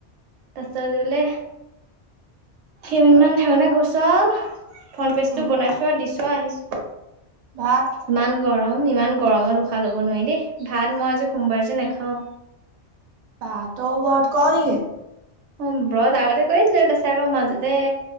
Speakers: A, on the right; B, on the right.
A: তাৰ পিছত বোলে। কেইমিনিটমান থাকোতে গৈছো আ। ফ্ৰণ্ পেজ
B: অ
A: টো বনাইছো আৰু দিছো আহিছো।
B: ভাত
A: ইমান গৰম। উম, ইমান গৰমত উশাহ ল'ব নোৱাৰি দেই। ভাত মই আজি সোমবাৰ যে নেখাওঁ।
B: বাহ তই ব্ৰত কৰো নেকি।
A: অ' ব্ৰত আগতে কৰিছিলো তাপিছত আকৌ মাজতে